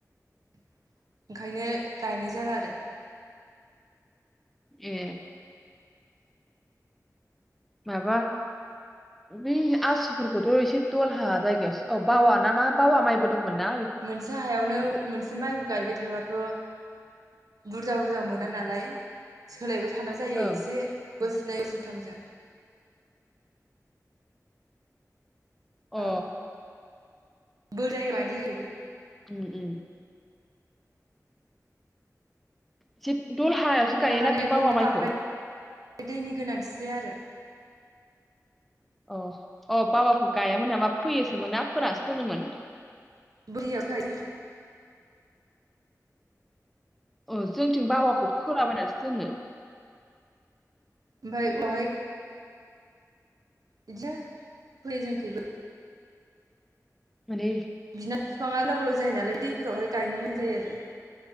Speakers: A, on the right (about 70°); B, in the centre.
A: ओंखायनो गायनाय जाला आरो
B: ए माबा बै आसुफोरखौथ एसे दलहा जायगायाव औ बावा ना मा बावा माइबो दंमोन ना
A: मोनसे हायावनो
B: बेफोरखौ
A: मोनसे माइ गायबाय थाबाथ बुरजा बुरजा मोना नालाय सोलायबायथ थानांगौ जायो
B: ओं
A: एसे बोसोरनै बोसोरथामजों
B: अ
A: ओं <unintelligible>
B: ओम ओम। <unintelligible> दलहायावसो गायोना
A: थारमाने
B: बे
A: बेफोरनो
B: बावा माइखौ?
A: बांद्राय दैनि गोनांथि जाया आरो
B: अ अ बावाखौ गायामोन नामा फोयोसोमोनना फोनासो दोनोमोन।
A: बोरियावसो गायो जोंनिखै।
B: ओ। जोंनिथिं बावाखौ फोलाबायनानैसो दोनो।
A: ओमफ्राय <unintelligible> बिदिनो फोयो जोंनिखैबो
B: माने
A: बिदिनो बिफांआ गोलाव गोलाव जायो नालाय दैफोरावहाय गायनो मोजां जायो आरो।